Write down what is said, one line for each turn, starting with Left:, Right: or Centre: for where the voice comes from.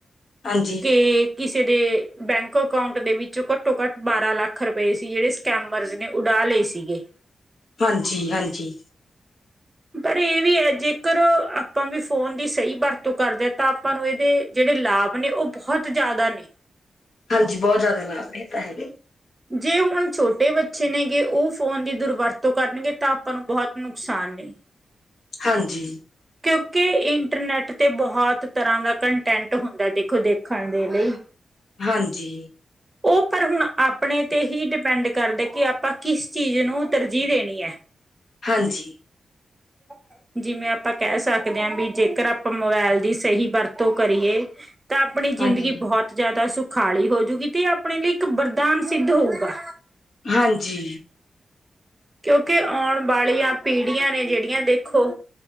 Left: ਹਾਂਜੀ
Right: ਤੇ ਕਿਸੇ ਕਿਸੇ ਦੇ ਬੈਂਕ ਅਕਾਊਂਟ ਦੇ ਵਿੱਚੋਂ ਘੱਟੋ-ਘੱਟ ਬਾਰਾਂ ਲੱਖ ਰੁਪਏ ਸੀ ਜਿਹੜੇ ਸਕੈਮਰਜ਼ ਨੇ ਉਡਾ ਲਿ ਤੇ ਸੀਗੇ।
Left: ਹਾਂਜੀ-ਹਾਂਜੀ।
Right: ਪਰ ਇਹ ਵੀ ਹੈ ਜੇਕਰ ਆਪਾਂ ਵੀ ਫੋਨ ਦੀ ਸਹੀ ਵਰਤੋਂ ਕਰਦੇ ਹਾਂ ਤਾਂ ਆਪਾਂ ਨੂੰ ਇਹਦੇ ਜਿਹੜੇ ਲਾਭ ਨੇ ਉਹ ਬਹੁਤ ਬਹੁਤ ਜ਼ਿਆਦਾ ਨੇ।
Left: ਹਾਂਜੀ, ਬਹੁਤ ਜ਼ਿਆਦਾ ਲਾਭ ਨੇ, ਇਹ ਤਾਂ ਹੈਗਾ ਈ ਏ।
Right: ਜੇ ਹੁਣ ਛੋਟੇ ਬੱ ਚੇ ਨੇਗੇ ਉਹ ਫੋਨ ਦੀ ਦੁਰਵਰਤੋਂ ਕਰਨਗੇ ਤਾਂ ਆਪਾਂ ਨੂੰ ਬਹੁਤ ਨੁਕਸਾਨ ਨੇ।
Left: ਹਾਂਜੀ।
Right: ਕਿਉਂਕਿ ਇੰਟਰਨੈਟ ਤੇ ਬਹੁਤ ਤਰ੍ਹਾਂ ਦਾ ਕੰਟੈਂਟ ਹੁੰਦਾ ਦੇਖੋ ਦੇਖਣ ਦੇ ਲਈ।
Left: ਹਾਂਜੀ।
Right: ਉਹ ਪਰ ਹੁਣ ਆਪਣੇ ਤੇ ਹੀ ਡਿਪੈਂਡ ਕਰਦੇ ਕਿ ਆਪਾਂ ਕਿਸ ਚੀਜ਼ ਨੂੰ ਤਰਜੀ ਦੇਣੀ ਹੈ।
Left: ਹਾਂਜੀ।
Right: <inaudible> ਜਿਵੇਂ ਆਪਾਂ ਕਹਿ ਸਕਦੇ ਹਾਂ ਵੀ ਜੇਕਰ ਆਪਾਂ ਮੋਬਾਇਲ ਦੀ ਸਹੀ ਵਰਤੋਂ ਕਰੀਏ ਤਾਂ ਆਪਣੀ
Left: ਹਾਂਜੀ
Right: ਜ਼ਿੰਦਗੀ ਬਹੁਤ ਜ਼ਿਆਦਾ ਸੁਖਾਲੀ ਹੋਜੂਗੀ ਤੇ ਆਪਣੇ ਲਈ ਇੱਕ ਬਰ ਦਾਨ ਸਿੱਧ ਹੋਊਗਾ।
Left: ਹਾਂਜੀ।
Right: ਕਿਉਂਕਿ ਆਉਣ ਵਾਲੀਆਂ ਪੀੜ੍ਹੀਆਂ ਨੇ ਜਿਹੜੀਆਂ ਦੇਖੋ